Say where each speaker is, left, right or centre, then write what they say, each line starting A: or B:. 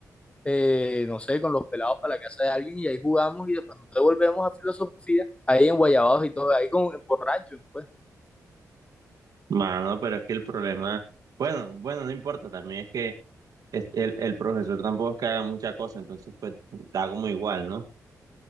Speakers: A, on the left (about 20°); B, on the right (about 70°).
A: eh, no sé, con los pelados para la casa de alguien y ahí jugamos y después nos devolvemos a filosofía, ahí en Guayabados y todo, ahí con en borracho, pues.
B: Mano, pero es que el problema, bueno, bueno, no importa, también es que es- el, el profesor tampoco es que haga mucha cosa, entonces pues da como igual, ¿no?